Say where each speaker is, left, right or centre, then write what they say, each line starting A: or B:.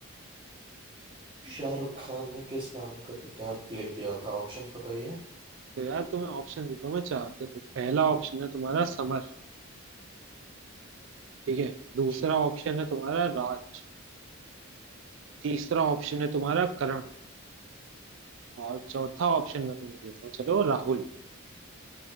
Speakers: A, on the right (about 25°); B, on the right (about 60°).
A: शाहरुख खान ने किस नाम का किरदार प्ले किया था ऑप्शंस बताइए
B: तो यार तुम्हें ऑप्शन देता हूँ मैं चार देखो पहला ऑप्शन है तुम्हारा समर ठीक है दूसरा
A: ठीक है
B: ऑप्शन है तुम्हारा राज तीसरा ऑप्शन है तुम्हारा करण और चौथा ऑप्शन मैं तुम्हें देता हूँ चलो राहुल